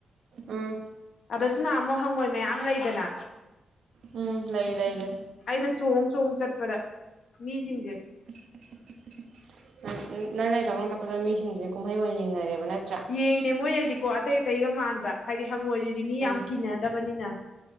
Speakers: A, on the right; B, on the left.
A: ꯎꯝ
B: ꯑꯗꯁꯨ ꯅꯍꯥꯃꯣꯛ ꯍꯪꯉꯣꯏ ꯃꯌꯥꯝ ꯂꯩꯗꯅ
A: ꯎꯝ ꯂꯩ ꯂꯩ ꯂꯩ
B: ꯑꯩꯅ ꯆꯣꯡ ꯆꯣꯡ ꯆꯠꯄꯗ ꯃꯤꯁꯤꯡꯖꯦ
A: <unintelligible> ꯀꯛꯄꯗ ꯃꯤꯁꯤꯡꯁꯤ ꯀꯨꯝꯍꯩ ꯑꯣꯏꯅ ꯌꯦꯡꯅꯔꯦꯕ ꯅꯠꯇ꯭ꯔꯥ
B: ꯌꯦꯡꯗꯦ ꯃꯣꯏꯅꯗꯤꯀꯣ ꯑꯇꯩ ꯑꯇꯩꯒ ꯃꯥꯟꯕ ꯍꯥꯏꯗꯤ ꯍꯪꯉꯣꯏꯗꯨꯗꯤ ꯃꯤ
A: ꯎꯝ
B: ꯌꯥꯝ ꯀꯤꯅꯗꯕꯅꯤꯅ